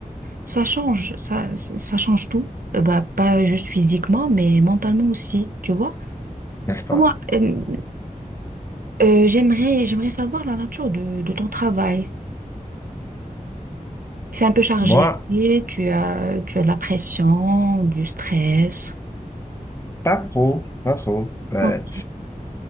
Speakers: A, on the right (about 80°); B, on the left (about 20°).
A: ça change, ça, ça ça change tout. Euh, bah, pas juste physiquement, mais mentalement aussi, tu vois.
B: n'est-ce pas?
A: Comment, euh, euh, j'aimerais, j'aimerais savoir la nature de, de ton travail. C'est un peu chargé,
B: Moi,
A: tu as, tu as de la pression, du stress.
B: pas trop, pas trop. ben
A: Ok.